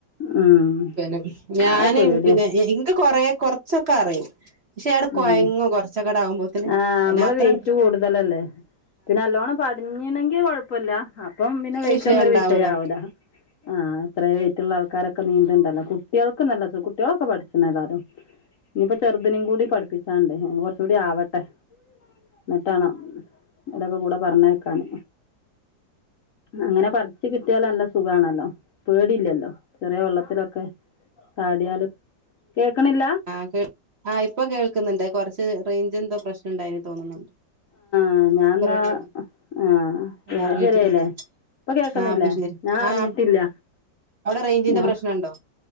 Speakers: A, on the left; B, on the right.
A: ഉം
B: പിന്നെ ഞാന്
A: അത് പേടിയാ
B: പിന്നെ ഇനിക്ക് കൊറ കുറച്ചൊക്കെ അറും പക്ഷേ അട
A: ഉം
B: കോയങ്ങ കൊറച്ചൊക്കെട ആകുമ്പോത്തനെ
A: ആ
B: അതിനന്ത്രട
A: നമ്മള് വെയിറ്റ് കൂടുതലല്ലേ പിന്നെ അല്ലോണം പഠഞ്ഞണെങ്കി കൊഴപ്പില്ല അപ്പം പിന്നെ വെയിറ്റ്ന്നരു
B: വിഷയം ഉണ്ടാവൂല
A: വിഷയവല ആഹ് അത്ര വേറ്റുള്ള ആൾക്കാരൊക്കെ നീണ്ടണ്ടല്ലോ കുട്ടികൾക്കും നല്ല കുട്ടികളൊക്കെ പഠിച്ചുന്ന ഏതാലും ഇനിയിപ്പ ചെറുദിനും കൂടി പഠിപ്പിച്ചാണ്ട് കുറച്ചുകൂടി ആവട്ടെ എന്നെറ്റാണോ ഇതൊക്കെ കൂടെ പറഞ്ഞേക്കാണ് അങ്ങനെ പറച്ച്ു കിട്ടിയാലല്ല സുഖമാണല്ലോ പേടില്ലല്ലോ ചെറിയ വെള്ളത്തിലൊക്കെ ചാടിയാലും കേൾക്കണില്ല
B: ആഹ കേ ആ ഇപ്പൊ കേൾക്കുന്നുണ്ട് കുറച്ച് റേഞ്ച് എന്തോ പ്രശ്നം ണ്ടായിനി തോന്നുന്നുണ്ട്
A: ആ ഞൻന്നാ
B: ഇപ്പൊ റെഡി ആയി
A: ആഹ
B: അറിഞ്ഞിട്ടില്ലല്ലേ
A: ശരിയല്ലേ ഇപ്പൊ കേക്കുന്നില്ലേ
B: ആഹ് അപ്പൊ ശരി
A: ഞാൻ അറിഞ്ഞിട്ടില്ല
B: ആഹ് അവിടെ റേഞ്ചിന്റെ
A: ഞാൻ
B: പ്രശ്നംുണ്ടോ